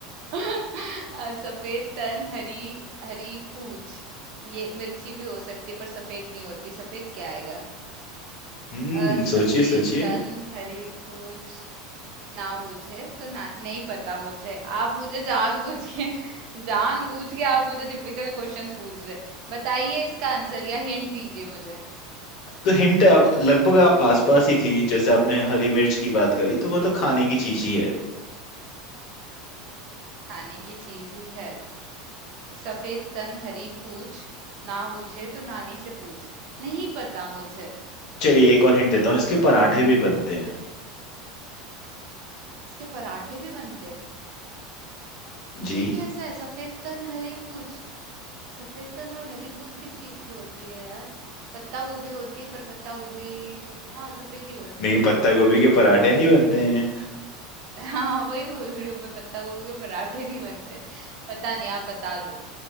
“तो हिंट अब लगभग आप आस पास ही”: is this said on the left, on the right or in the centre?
Left